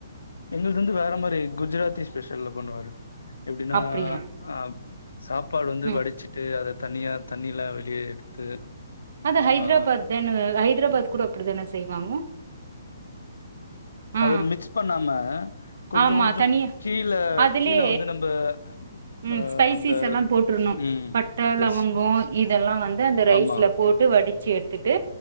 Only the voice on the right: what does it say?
அப்டியா
ம்
அது ஹைதராபாத்
தானே ஹைதராபாத் கூட அப்டிதான செய்வாங்க ஆ
ஆமா
தனியா
அதிலே
ம்
ஸ்பைசிஸ்
எல்லாம் போட்டுருணும்
பட்ட லவங்கம்
இதெல்லாம் வந்து அந்த ரைஸ்ல
போட்டு வடி ச்சி எடுத்துட்டு